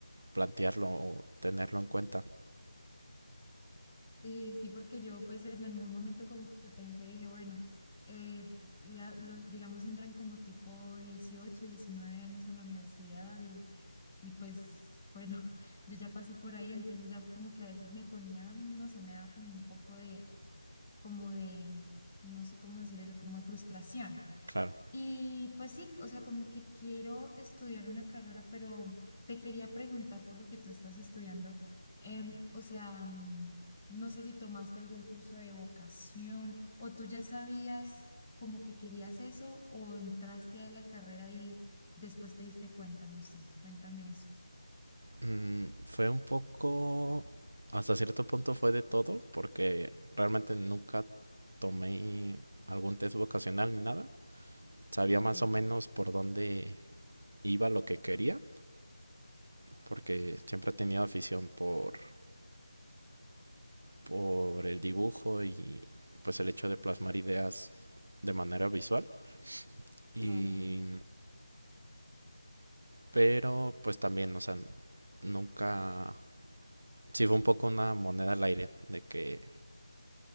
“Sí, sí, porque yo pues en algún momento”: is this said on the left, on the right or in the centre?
Left